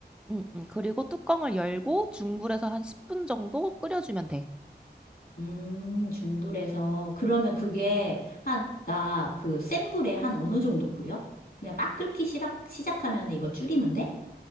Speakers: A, in the centre; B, on the left.
A: 응, 응. 그리고 뚜껑을 열고 중불에서 한 10분 정도 끓여주면 돼.
B: 음, 중불에서. 그러면 그게 한, 나 그 센 불에 한 어느 정도 끓여? 그냥 막 끓기 시작, 시작하면 이거 줄이면 돼?